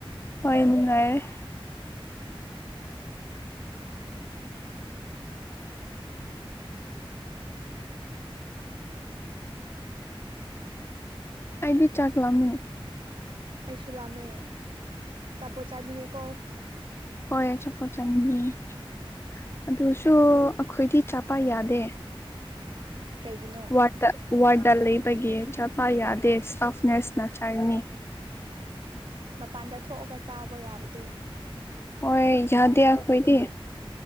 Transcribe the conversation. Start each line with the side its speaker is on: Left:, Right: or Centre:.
Left: ꯍꯣꯏ ꯅꯨꯡꯉꯥꯏꯌꯦ꯫
Right: <inaudible>
Left: ꯑꯩꯗꯤ ꯆꯥꯛ ꯂꯥꯝꯃꯦ꯫
Right: ꯑꯩꯁꯨ ꯂꯥꯝꯃꯦ ꯑꯆꯥꯄꯣꯠ ꯆꯥꯅꯤꯡꯉꯦꯀꯣ꯫
Left: ꯍꯣꯏ ꯑꯆꯥꯄꯣꯠ ꯆꯥꯅꯤꯡꯉꯦ꯫ ꯑꯗꯨꯁꯨ ꯑꯩꯈꯣꯏꯗꯤ ꯆꯥꯄ ꯌꯥꯗꯦ꯫
Right: ꯀꯩꯒꯤꯅꯣ꯫
Left: ꯋꯥꯔꯠꯇ ꯋꯥꯔꯠꯗ ꯂꯩꯕꯒꯤ ꯆꯥꯄ ꯌꯥꯗꯦ ꯏꯁꯇꯥꯐ ꯅ꯭ꯔꯁꯅ ꯆꯩꯒꯅꯤ꯫
Right: ꯃꯄꯥꯟꯗ ꯊꯣꯛꯑꯒ ꯆꯥꯕ ꯌꯥꯕꯗꯤ꯫
Left: ꯍꯣꯏ ꯌꯥꯗꯦ
Right: ꯃꯄꯥꯟꯗ
Left: ꯑꯩꯈꯣꯏꯗꯤ꯫